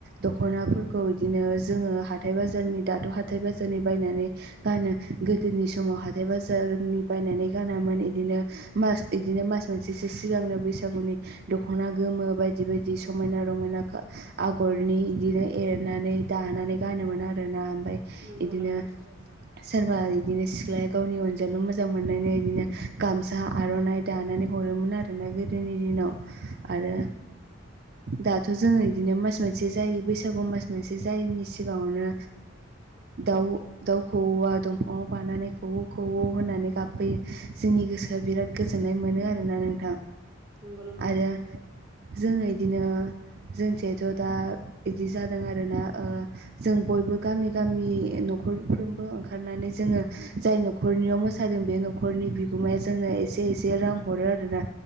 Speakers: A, on the right (about 50°); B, on the right (about 15°).
A: दख'नाफोरखौ बिदिनो जोङो हाथाय बाजारनि दाथ' हाथाइ बाजारनि बायनानै। गानो गोदोनि समाव हाथथाय बाजारनि बायनानै गानामोन बिदिनो। मास बिदिनो मास मोनसेसो सिगांनो बैस बैसागुनि दख'ना गोमो बायदि बायदि समायना रमायना आगरनि बिदिनो एरनानै दानानै गानोमोन आरोना ओमफ्राय
B: नंगौ
A: इदिनो
B: नोंथां
A: सोरबा बिदिनो सिख्लाया गावनि अनजालु मोजां मोननाय बिदिनो। गामसा आर'नाइ दानानै हरोमोन आरोना गोदोनि दिनाव आरो। दा थ' जोङो बिदिनो मास मोनसे जायो बैसागु मास मोनसे जायैनि सिगाङावनो। दाउ दाउ खौवा दंफाङाव बानानै खौवौ खौवौ होननानै गाबबोयो जोंनि गोसो। दा बिराद गोजोननाय मोनो आरोना नोंथां।
B: नंगौ नोंथां
A: आरो जोङ इदिनो जोंसेथ' दा बिदि जादों आरोना। जों बयबो गामि गामि न'खरफ्रोमबो ओंखारनानै जोङो जाय न'खर न'खरनियाव मोसादों बे न'खरनि बिगोमाया जोंनो एसे एसे रां हरो आरोना।